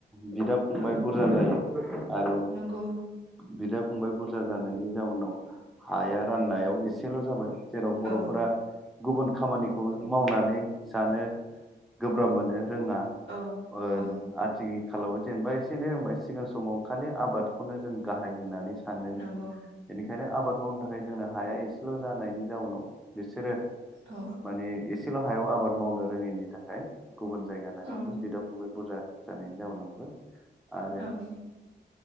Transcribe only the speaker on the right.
औ
नंगौ
औ
औ
औ
नंगौ
औ
औ
औ